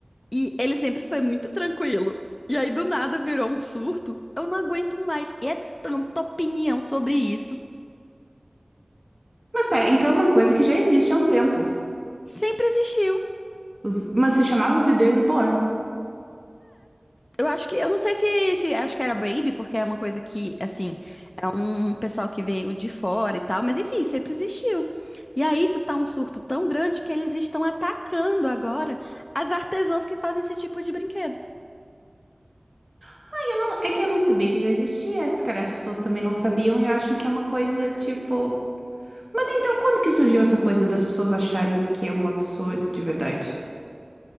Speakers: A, on the left; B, on the right.
A: E ele sempre foi muito tranquilo. E aí do nada virou um surto. Eu não aguento mais. E é tanta opinião sobre isso.
B: Mas pera, então é uma coisa que já existe há um tempo.
A: Sempre existiu.
B: Os- Mas se chamava Bebê Reborn.
A: Eu acho que, eu não sei se, se acho que era Baby, porque é uma coisa que, assim, é um pessoal que veio de fora e tal, mas enfim, sempre existiu. E aí isso tá um surto tão grande que eles estão atacando agora as artesãs que fazem esse tipo de brinquedo.
B: Ah, eu não... É que eu não sabia que já existia, se calhar as pessoas também não sabiam e acham que é uma coisa, tipo. Mas então, quando que surgiu essa coisa das pessoas acharem que é uma pessoa de verdade?